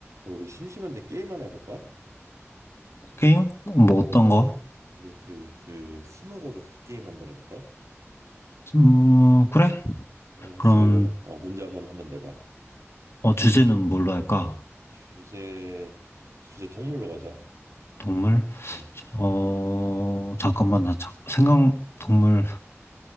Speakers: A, on the right; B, on the left.
A: 야, 우리 심심한데 게임 하나 해볼까?
B: 게임? 뭐
A: 응.
B: 어떤 거?
A: 우리 그, 그, 스무고개 그 게임 한번 해볼까?
B: 음, 그래?
A: 야, 혹시
B: 그럼
A: 그러면은, 어, 문제 한번 한번 내봐.
B: 어, 주제는 뭘로 할까?
A: 주제, 주제 동물로 가자.
B: 동물?
A: 응.
B: 어, 잠깐만 나 자, 생각 동물